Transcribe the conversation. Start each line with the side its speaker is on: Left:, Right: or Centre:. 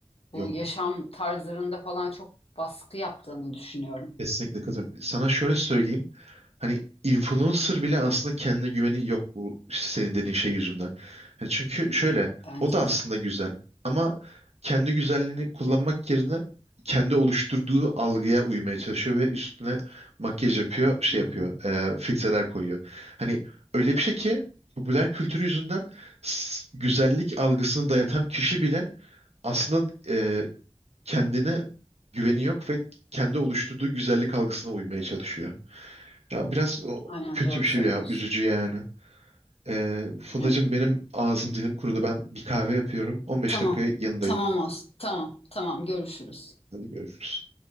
Left: Bu
Right: Yok.
Left: yaşam tarzlarında falan çok baskı yaptığını düşünüyorum
Right: Kesinlikle katılıyorum. Sana şöyle söyleyeyim. Hani influencer bile aslında kendine güveni yok bu işte senin dediğin şey yüzünden. Hani çünkü şöyle
Left: bence
Right: o da aslında
Left: de.
Right: güzel ama kendi güzelliğini kullanmak yerine kendi oluşturduğu algıya uymaya çalışıyor ve üstüne makyaj yapıyor, şey
Left: Hı hı.
Right: yapıyor, e, filtreler koyuyor. Hani öyle bir şey ki popüler kültür yüzünden s- güzellik algısını dayatan kişi bile aslında e, kendine güveni yok ve kendi oluşturduğu güzellik algısına uymaya çalışıyor. Ya biraz o,
Left: Aynen
Right: kötü
Left: doğru
Right: bir şey
Left: söylüyorsun.
Right: ya. Üzücü yani. Ee, Fındacığım
Left: Evet.
Right: benim ağzım dilim kurudu. Ben bir kahve yapıyorum. 15
Left: Tamam.
Right: dakikaya yanındayım.
Left: Tamam olsun. Tamam. Tamam. Görüşürüz.
Right: Hadi görüşürüz.